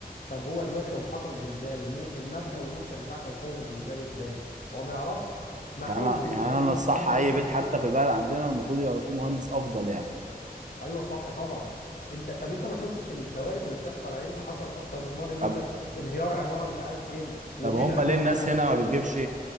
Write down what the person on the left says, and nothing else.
طب هو دلوقتي لو حصل زلزال الم- المبنى والمنشأ بتاعك هيقاوم الزلزال ازاي هو ما يعرفش مع
اول
زلزال
المبنى
هيتكسر
ايوه صح طبعا انت طب انت ما شفتش الكوارث اللي بتحصل يعني انت حصل اكتر من مره يجي
يقول لك انهيار عماره مش عارف فين وميل
عماره
مش عارف
فين